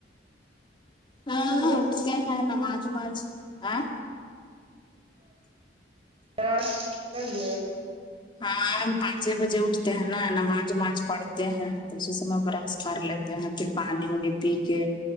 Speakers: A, on the left; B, on the right.
A: ہاں ہاں
B: ہ
A: اٹھتے ہیں نماز وماز آ
B: بس گ
A: ہاں پانچ ہی بجے اٹتے ہیں نا نماز وماز پڑھتے ہیں تو اسی سمے برش کر لیتے ہیں پھر پانی وانی پی کے